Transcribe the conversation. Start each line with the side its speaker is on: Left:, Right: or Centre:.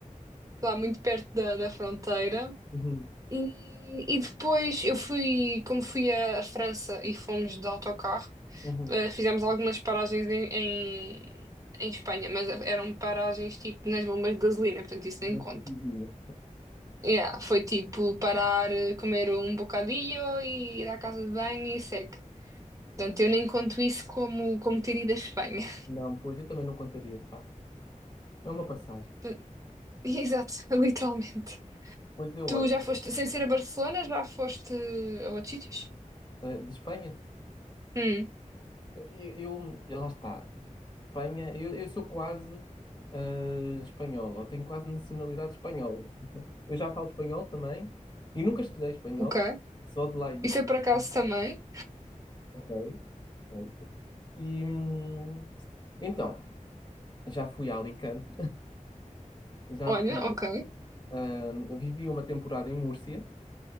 Right: lá muito perto da da fronteira.
Left: Uhum.
Right: E, e depois eu fui, como fui à à França e fomos de autocarro,
Left: Uhum.
Right: eh, fizemos algumas paragens em, em, em Espanha, mas eram paragens tipo nas bombas de gasolina, portanto isso
Left: Uma
Right: nem conta.
Left: cidadezinha.
Right: Yeah, foi tipo parar, eh, comer um bocadinho e ir à casa de banho e segue. Portanto, eu nem conto isso como, como ter ido à Espanha.
Left: Não, pois eu também não contaria, de facto. É uma passagem.
Right: <laughs> Exato, literalmente.
Left: Pois eu
Right: Tu
Left: olho.
Right: já foste, sem ser a Barcelona, já foste a outros sítios?
Left: eh, de Espanha,
Right: Hum,
Left: eu, eu- lá está. Espanha, eu, eu sou quase ah, espanhol, ou tenho quase nacionalidade espanhola. Eu já falo espanhol também e nunca estudei espanhol,
Right: ok.
Left: só de lá ir.
Right: Isso é por acaso
Left: Hum.
Right: também.
Left: Ok. pronto. E hum, então, já fui a Alicante, já
Right: Olha,
Left: fui,
Right: ok,
Left: ah, vivi uma temporada em Múrcia.